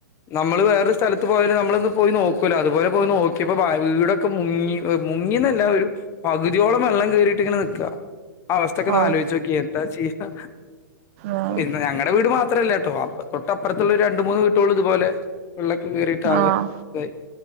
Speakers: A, on the left (about 25°); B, on the right (about 40°).
A: നമ്മള് വേറൊരു സ്ഥലത്ത് പോയലും നമ്മളൊന്ന് പോയി നോക്കൂലോ അതുപോലെ പോയി നോക്കിയപ്പോ ഭയ വീടൊക്കെ മുങ്ങി മുങ്ങിന്നല്ല ഒരു പകുതിയോളം വെള്ളം കയറിയിട്ട് ഇങ്ങനെ നിക്കാ ആ അവസ്ഥക്കെ ഒന്ന്
B: ഓഹ്
A: ആലോയിച്ച് നോക്കിയേ എന്താ ചെയ്കാ
B: ഉം
A: ഇന്ന് ഞങ്ങട വീട് മാ ത്രല്ലേ ട്ടോ അപ്ര തൊട്ടപ്രറത്തുള്ള ഒരു രണ്ട് മൂന്ന് വീട്ടോള് ഇതുപോലെ വെള്ളൊക്കെ കയറിട്ടാകെ
B: ആഹ്
A: ഇതായി